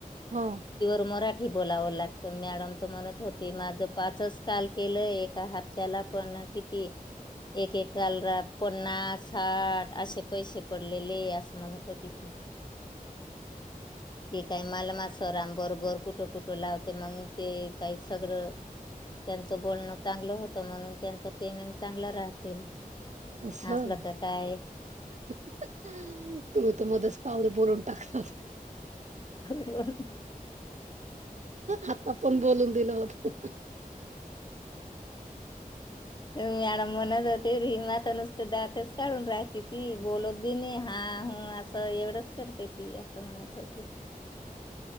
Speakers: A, on the right; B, on the left.
A: हा
B: मराठी बोलावं लागतं मॅडम तुम्हाला म्हणत होती माझं पाचच काल केलं एका हप्ताला पण ना किती? एकेकालला पन्नास साठ असे पैसे पडलेले असं म्हणत तिथं ते काय मालमा सराम बरोबर कुठ कुठं लावते. मग ते काही सगळं त्यांचं बोलणं चांगलं होत तर म्हणून त्यांच पेमेंट चांगला राहतील
A: असं
B: असलं का काय
A: तुम्ही तर मध्येच पाहलं बोलून टाकता
B: हो
A: आता पण बोलून दिल होत.
B: मॅडम म्हणत होती रीमा तर दातचं काढून राहते. ती बोलत बी नाही हा ह असं एवढंच करते ती असं म्हणते हो